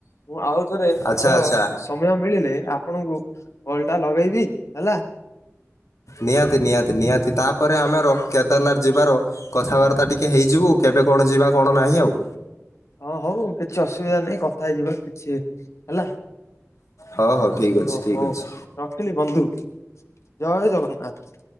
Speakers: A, on the left (about 65°); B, on the left (about 85°).
A: ମୁଁ ଆଉ ଥରେ ଏତଳ
B: ଆଚ୍ଛା ଆଚ୍ଛା
A: ସମୟ ମିଳିଲେ ଆପଣଙ୍କୁ କଲଟା ଲଗେଇବି ହେଲା।
B: ନିହାତି ନିହାତି ନିହାତି ତାପରେ ଆମର କେଦାରନାଥ ଯିବାର କଥାବାର୍ତ୍ତା ଟିକେ ହେଇଯିବୁ କେବେ କଣ ଯିବା କଣ ନାହିଁ ଆଉ।
A: ଅ ହଉ କିଛି ଅସୁବିଧା ନାହିଁ କଥା ହେଇଯିବା କିଛି ହେଲା।
B: ହଉ ହଉ ଠିକ୍ ଅଛି
A: ଓ
B: ଠିକ୍
A: ହଉ
B: ଅଛି।
A: ରଖିଲି ବନ୍ଧୁ ଜୟ ଜଗନ୍ନାଥ।